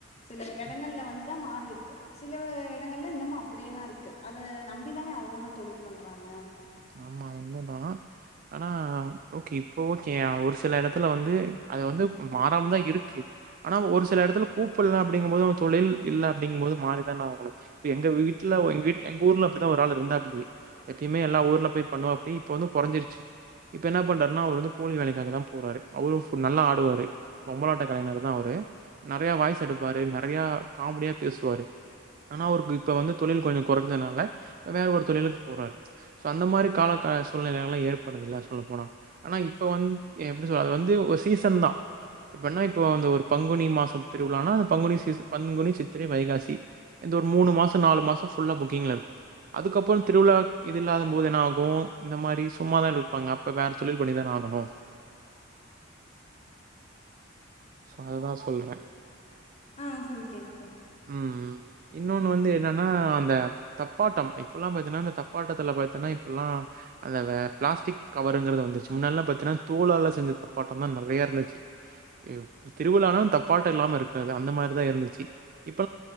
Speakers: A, on the left; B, on the right.
A: சில
B: ம்.
A: எடங்கள்ல வந்துதா மாறி இருக்கு சில வ இடங்கள்ல இன்னமு அப்புடே தா இருக்கு அத நம்பிதானே அவனுத் தொழில் பண்றாங்க
B: ஆமா உண்மதா ஆனா ஓகே இப்போ ஓகே அ ஒரு ஸ் சில எடத்துல வந்து அது வந்து ம் மாறாம தா இருக்கு அனா ஒரு சில எடத்துல் கூப்புல்ல அப்டிங்க போது அவ தொழில் இல்ல அப்டிங்கு போது மாறிதான ஆகணு இப்ப எங்க வீட்ல ஒ எங்க வீட் எங்க ஊர்ல அப்டிதா ஒரு ஆள் இருந்தாப்டி எப்யுமே எல்லா ஊர் ள்ள போய் பன்னுவாப்டி இப்ப வந்து கொறஞ்சிருச்சு இப்ப என்ன பண்றார்னா அவுரு வந்து கூலி வேலைக்காக தா போறாரு அவரு ஃபு நல்லா ஆடுவாரு பொம்பலாட்ட கலைஞர் தா அவுரு நறயா வாய்ஸ் எடுப்பாரு நறயா காம்டியா பேஸ்வாரு ஆனா அவுர்க்கு இப்ப வந்து தொழில் கொஞ்சொ கொறஞ்சனால வேற ஒரு தொழிலுக் போறாரு சோ அந்த மாரி கால க சூழ்நலைல ஏற்படுதுல்ல சொல்ல போனா அனா இப்ப வந்த் எப்டி சொல் அது வந்து ஒ சீசன்தா இப்பன்னா இப்ப அந்த ஒரு பங்குனி மாசம் திருவிழான பங்குனி சீசு பங்குனி சித்திரை வைகாசி இந்த ஒரு மூனு மாச நாலு மாசம் ஃபுல்லா புக்கிங்ல இர்க்கு அதுக்கப்பறம் திருவிழா இத் இது இல்லாதம்போது என்ன ஆகு இந்த மாரி சும்மாதான் இரர்ப்பாங்க அப்ப வேற தொழில் பண்ணிதான ஆகணு சோ அதுதா சொல்ற
A: ஆ சொல்லு கேக்து
B: ம் இன்னொன்னு வந்து என்னனா அந்த தப்பாட்டம் இப்பல்லாம் பாத்தன்னா அந்த தப் பாட்டத்துல பாத்தன்னா இப்புலா அந்த வே ப்ளாஸ்டிக் கவருங்கறது வந்துச்சு முன்னட்லா பாத்தீன்னா தோலால செஞ்ச தப்பாட்டம் தா நறைய இர்ந்துச்சு யு திருவிழான தப்பாட்ட இல்லாம இருக்காது அந்த மாரிதா இர்ந்துச்சு இப்